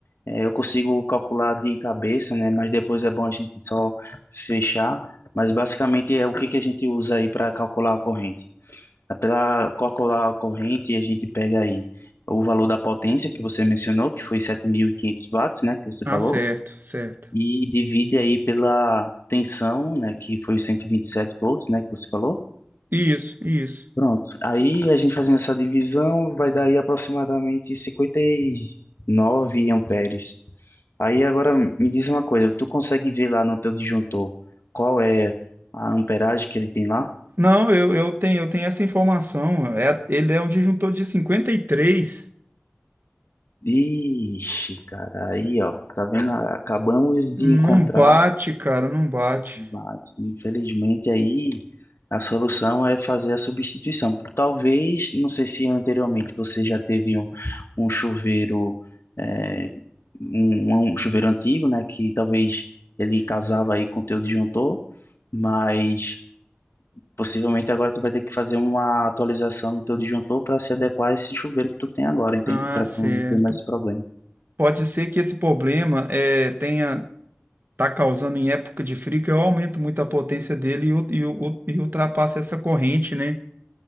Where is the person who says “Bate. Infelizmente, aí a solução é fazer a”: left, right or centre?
Left